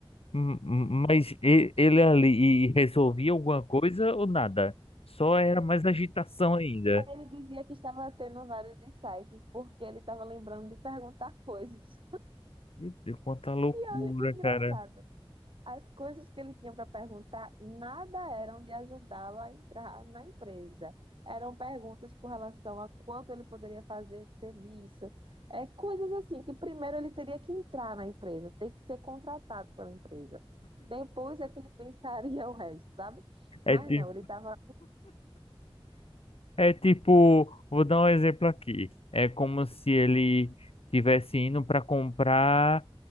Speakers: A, on the left (about 75°); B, on the right (about 60°).
A: Hum, hum, Mas e- ele ali e resolvia alguma coisa ou nada? Só era mais agitação ainda.
B: Aí ele dizia que estava tendo vários insights, porque ele estava lembrando de perguntar <laughs> coisas.
A: Meu Deus, quanta loucura,
B: E olha o engraçado,
A: cara.
B: as coisas que ele tinha para perguntar, nada eram de ajudá-lo a entrar na empresa. Eram perguntas com relação a quanto ele poderia fazer de serviço, é, coisas assim que primeiro ele teria que entrar na empresa, ter que ser contratado pela empresa. Depois é que ele pensaria <laughs> o resto, sabe? Mas
A: É, ti-
B: não, ele estava
A: é tipo, vou dar um exemplo aqui. É como se ele tivesse indo para comprar